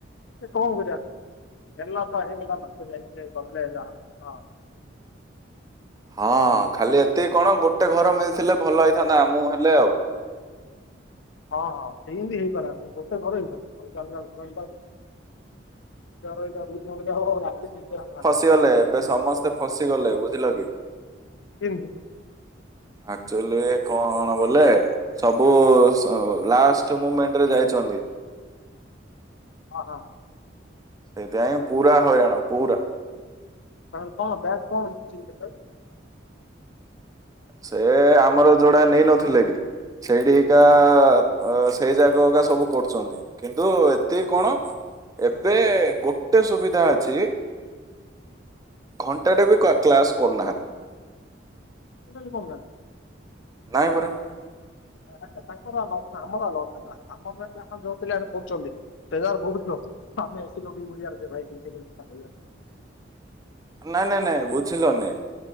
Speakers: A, on the left; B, on the right.
A: ସେ କଣ କରିବା ହେଲା ତ ହେଇଗଲା <unintelligible>
B: ହଁ ଖାଲି ଏତିକି କଣ ଗୋଟେ ଘର ମିଳିି ଥିଲି ଭଲ ହେଇଥାନ୍ତା ଆମୁକୁ ହେଲେ ଆଉ।
A: ହଁ ହଁ ସେଇମିତି ହେଇପାରେ ଗୋଟେ ଘର ହେଇପାରେ ଅଲଗା ଅଲଗା ଘର ହେଇଯାଉଚି। <unintelligible>
B: ଫସି ଗଲେ ଏବେ ସମସ୍ତେ ଫସି ଗଲେ ବୁଝିଲ କି
A: <unintelligible>
B: ଆକଚୁଲି କଣ ବୋଲେ? ସବୁ ସ ଲାଷ୍ଟ ମୁମେଣ୍ଟରେ ଯାଇଛନ୍ତି।
A: ହଁ ହଁ।
B: ସେଇଥିପାଇଁ ପୁରା ହଇରାଣ ପୁରା।
A: ତା କଣ ବ୍ୟାଜ୍ କଣ <unintelligible>
B: ସେ ଆମର ଯୋଉଡା ନେଇ ନଥିଲେ କି? ସେଇଠିକା ଅ ସେଇ ଜାଗା ଅକା ସବୁ କରୁଛନ୍ତି। କିନ୍ତୁ ଏତିକି କଣ ଏବେ ଗୋଟେ ସୁବିଧା ଅଛି। ଘଣ୍ଟାଟେ ବି କ୍ଲାସ କରୁନାହାନ୍ତି।
A: ଟୋଟାଲି କରୁନା।
B: ନାଇଁ ପରା।
A: ଆ ତାଙ୍କର ଆଲୋଚନା ଆମର ଆଲୋଚନା ଆମ ପାଇଁ ତାଙ୍କଯୋଉପିଲାରେ କରୁଚନ୍ତି। ତଜାର ବହୁ କିିଲ <unintelligible> ଆମ ଏ ଭ।
B: ନାଇଁ ନାଇଁ ନାଇଁ ବୁଝିଲନି